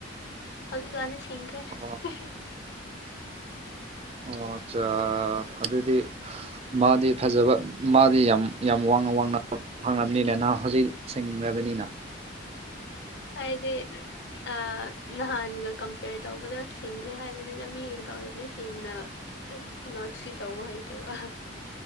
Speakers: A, on the left; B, on the right.
A: ꯍꯧꯖꯤꯛ ꯀꯥꯟꯗꯤ ꯁꯤꯡꯈ꯭ꯔꯦ
B: ꯑꯣ
A: ꯍ ꯍ
B: ꯑꯣ ꯑꯆꯥ ꯑꯗꯨꯗꯤ ꯃꯥꯛꯗꯤ ꯐꯖꯕ ꯃꯥꯛꯗꯤ ꯌꯥꯝ ꯌꯥꯝ ꯋꯥꯡꯅ ꯋꯥꯡꯅ ꯐꯪꯂꯝꯅꯤꯅ ꯅꯪ ꯍꯧꯖꯤꯛ ꯁꯤꯡꯔꯕꯅꯤꯅ
A: ꯍꯥꯏꯗꯤ ꯑꯥ ꯅꯍꯥꯟꯒ ꯀꯝꯄꯦꯌꯔ ꯇꯧꯕꯗ ꯁꯤꯡꯈ꯭ꯔꯦ ꯍꯥꯏꯕꯅꯤꯗ ꯃꯤꯒ ꯇꯧꯅꯕꯗꯤ ꯁꯤꯡꯅ ꯅꯣꯠꯁꯤ ꯇꯧꯕ ꯍꯩꯇꯕ ꯑꯍ